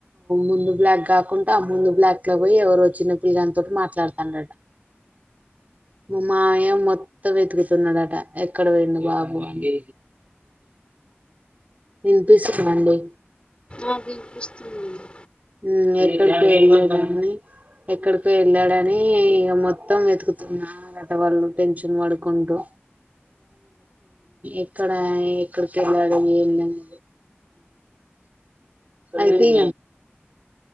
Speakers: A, on the right; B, on the left.
A: ముందు బ్లాక్ కాకుండా ఆ ముందు బ్లాక్ లోకి పోయి ఎవరో చిన్న పిల్లోనితోటి మాట్లాడుతాండంటా మా మామయ్య మొత్తం వెతుకుతున్నాడట ఎక్కడ పోయిండు బాబు అని వినిపిస్తుందాండి
B: ఆ వినిపిస్తుంది అండి
A: ఆ ఎక్కడికి వెళ్ళలేద అండి ఎక్కడికి వెళ్ళాడని ఇక మొత్తం వెతుకుతున్నారట వాళ్ళు టెన్షన్ పడుకుంటూ ఎక్కడ ఎక్కడికి వెళ్ళాడు ఏంది అని అయితే